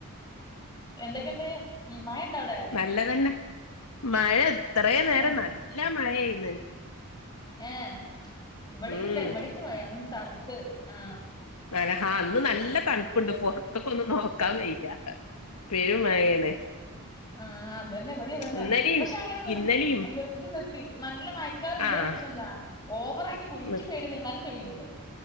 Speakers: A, on the left (about 20°); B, on the left (about 80°).
A: എന്തൊക്കെണ്ട് മഴ ഇണ്ടോ അവിടെ
B: നല്ലതന്നെ മഴ ഇത്ര
A: ഉം മഴ
B: നേരം നല്ല മഴയയിന്ന്
A: ഏഹ്. ഇവടീംണ്ട്
B: ഉം
A: ഇവടീണ്ട് മഴ ന്ന് തണ്ത്ത്. ആഹ..
B: നാലഹ ഇന്ന് നല്ല തണ്പ്പുണ്ട് പൊറത്ത്കൊന്ന് നോക്കാവയ്യാ.. പെരുംമായേണ്..
A: ആഹ്.. അതന്നെ വിടിംഅതന്നെ.
B: ഇന്നലെയും
A: പഷെ അങ്ങനെ നിർ
B: ഇന്നലെയും
A: നിർത്തി നിർത്തി നല്ലമയ.. ക്കാറ്ണ്ട്.
B: ആഹ്
A: പഷെന്താ ഓവറായിട്ട് കുലുക്കി
B: നിർത്തി
A: പെയ്യ്ണില്ല. ന്നാലും പെയ്യ്ണ് ണ്ട്..